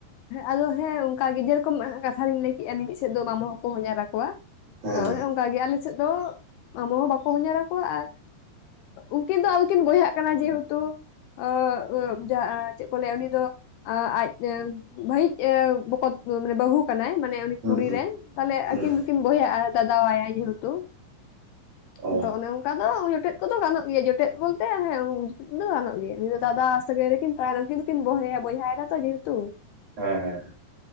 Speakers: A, on the left; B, on the right.
A: ᱟᱫᱚ ᱦᱮᱸ ᱚᱝᱠᱟ ᱜᱮ ᱡᱮ ᱨᱚᱠᱚᱢ ᱠᱟᱛᱷᱟ ᱨᱤᱧ ᱞᱟᱹᱭ ᱠᱮᱜᱟ ᱢᱤ-ᱢᱤᱫ ᱥᱮᱫ ᱫᱚ ᱢᱟᱢᱚ ᱦᱚᱸᱠᱚ ᱦᱚᱧᱟᱨ ᱟᱠ ᱠᱚᱣᱟ
B: ᱦᱮᱸ ᱦᱮᱸ
A: ᱚᱱᱮ ᱚᱝᱠᱟ ᱜᱮ ᱟᱞᱮ ᱥᱮᱫ ᱫᱚ ᱢᱟᱢᱚ ᱦᱚᱸ ᱵᱟᱠᱚ ᱦᱚᱧᱟᱨ ᱟᱠᱚᱣᱟ ᱟᱨ ᱩᱝᱠᱤᱱ ᱫᱚ ᱟᱫᱚ ᱠᱤᱱ ᱵᱚᱭᱦᱟᱜ ᱠᱟᱱᱟ ᱡᱮ ᱦᱩᱛᱩ <unintelligible> ᱪᱮᱫ ᱠᱚ ᱞᱟᱹᱭᱟ ᱩᱱᱤ ᱫᱚ ᱟᱡ ᱵᱷᱟᱹᱭᱤᱡ ᱵᱚᱠᱚᱛ ᱵᱟᱹᱦᱩ ᱠᱟᱱᱟᱭ ᱢᱟᱱᱮ ᱩᱱᱤ ᱠᱩᱲᱤ
B: ᱦᱩᱸ ᱦᱩᱸ
A: ᱨᱮᱱ ᱛᱟᱞᱦᱮ
B: ᱦᱩᱸ
A: ᱟᱠᱤᱱ ᱫᱩ ᱠᱤᱱ ᱵᱚᱭᱦᱟᱜᱼᱟ ᱫᱟᱫᱟᱣᱟᱭᱟᱭ ᱡᱮᱦᱮᱛᱩ
B: ᱚ
A: ᱟᱫᱚ ᱚᱱᱮ ᱚᱱᱠᱟ ᱫᱚ ᱡᱚᱴᱮᱫ ᱠᱚᱫᱚ ᱜᱟᱱᱚᱜ ᱜᱮᱭᱟ ᱡᱚᱴᱮᱫ ᱵᱚᱞᱛᱮ ᱦᱮᱸ ᱫᱚ ᱜᱟᱱᱚᱜ ᱜᱮᱭᱟ ᱱᱤᱭᱟᱹ ᱫᱟᱫᱟ ᱥᱟᱹᱜᱟᱹᱭ ᱨᱮᱠᱤᱱ ᱛᱟᱦᱮᱱᱟ᱾ ᱩᱱᱠᱤᱱ ᱫᱚᱠᱤᱱ ᱵᱚᱭᱦᱟ ᱵᱚᱭᱦᱟ ᱮᱱᱟ ᱛᱚ ᱡᱮᱦᱛᱩ᱾
B: ᱦᱮᱸ ᱦᱮᱸ